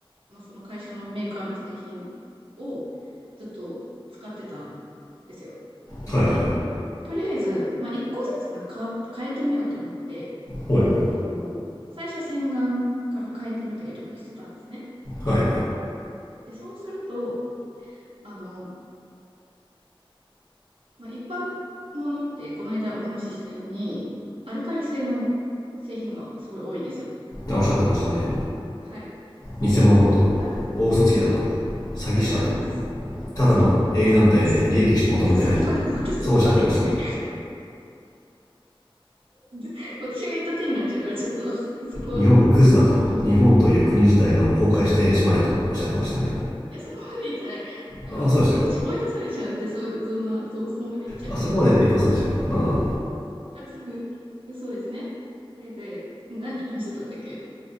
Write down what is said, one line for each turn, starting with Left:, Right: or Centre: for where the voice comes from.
Right: まあ、その会社のメーカーの製品をずっと使ってたんですよ。
Left: はいはいはい
Right: で、とりあえず、まあ、一個ずつな変わ、変えてみようと思って、
Left: はいは
Right: あの、最初洗顔から変えてみたりとかしてたんですね。
Left: いはい
Right: で、そうすると、あの、まあ、一般のものって、この間お話ししたように、アルカリ性の製品がすごい多いんですよ。
Left: おっしゃってましたね
Right: はい。
Left: 偽物だと大嘘つきだと
Right: で、アル、そう。
Left: 詐欺師だと
Right: あ、そう、
Left: ただの営利団体で利益しか求めてないと
Right: そう、ちょっと、そこまで、私そこまで言ってない。
Left: そうおっしゃってましたね
Right: で私が言った手になっちゃうから、ちょっと、そこは、
Left: 日本がクズだと日本という国自体がもう崩壊してしまえとおっしゃってましたね
Right: あの、そういや、そこまで言ってない。あの、
Left: あそうでしたか
Right: 私追い出されちゃうんで、そういうの、そんな、そ、そこまで言っちゃうと。
Left: あそこまで言ってませんでしたかなんだなん
Right: あと、でそうですね。え、で、何話してたんだっけ